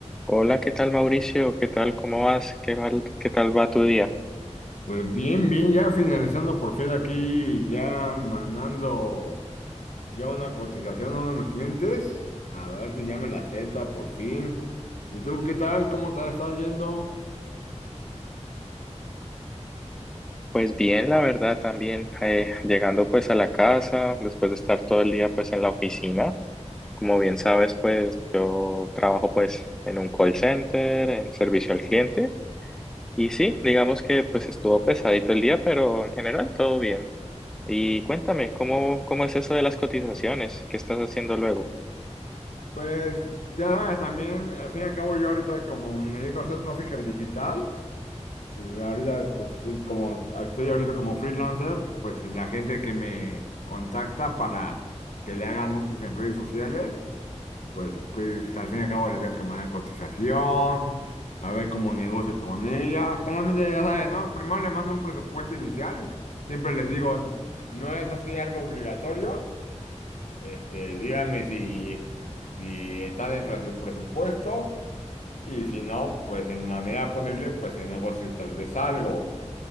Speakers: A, in the centre; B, on the left (about 85°).
A: Hola, ¿qué tal Mauricio? ¿Qué tal? ¿Cómo vas? ¿Qué mal- qué tal va tu día?
B: Pues bien, bien, ya finalizando por fin aquí, ya mandando ya una cotización a uno de mis clientes, a ver si ya me la acepta por fin. ¿Y tú qué tal? ¿Cómo te está yendo?
A: Pues bien, la verdad también, eh, llegando pues a la casa, después de estar todo el día pues en la oficina. Como bien sabes, pues yo trabajo pues en un call center, en servicio al cliente. Y sí, digamos que pues estuvo pesadito el día, pero en general todo bien. Y cuéntame, ¿cómo, cómo es eso de las cotizaciones? ¿Qué estás haciendo luego?
B: Pues ya sabes, también, al fin y al cabo yo ahorita como me dedico a hacer trafficker digital, pues ahorita pues sí, como estoy ahorita como freelancer, pues la gente que me contacta para que le haga anuncios en redes sociales. pues, pues al fin y al cabo le tengo que mandar cotización, a ver cómo negocio con ella. Generalmente, ya sabes, ¿no? Primero le mando un presupuesto inicial. Siempre les digo, no es así algo obligatorio. Este, díganme si, si está dentro de su presupuesto y si no, pues en la medida posible, pues se negocio tal vez algo.